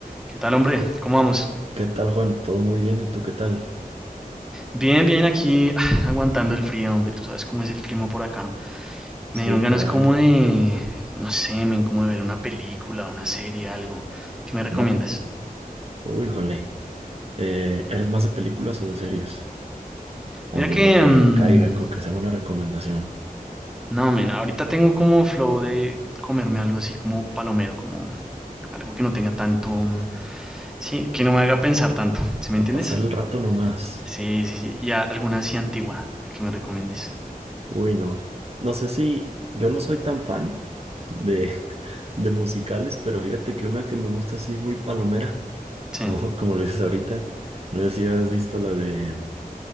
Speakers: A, in the centre; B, on the right (about 40°).
A: ¿Qué tal, hombre? ¿Cómo vamos?
B: ¿Qué tal, Juan? ¿Todo muy bien? ¿Y tú qué tal?
A: Bien, bien, aquí <sighs> aguantando el frío, hombre. Tú sabes cómo es el clima por acá.
B: Sí,
A: Me dieron ganas
B: caray.
A: como de, no sé, men, como de ver una película, una serie, algo. ¿Qué me recomiendas?
B: Me... Uy, jole. Eh, ¿eres más de películas o de series? O
A: Mira
B: de
A: que,
B: lo que
A: mm,
B: caiga, con que sea una recomendación.
A: no, men, ahorita tengo como flow de comerme algo así como palomero, como algo que no tenga tanto, mm, sí, que no me haga pensar tanto, ¿sí me
B: Para
A: entiendes?
B: pasar el rato nomás.
A: Sí, sí, sí. Y a- alguna así antigua que me recomiendes.
B: Uy, no. No sé si... Yo no soy tan fan de, <laughs> de musicales, pero fíjate que una que me gusta así muy palomera,
A: Sí,
B: como, <laughs> como lo dices ahorita. No sé si has visto la de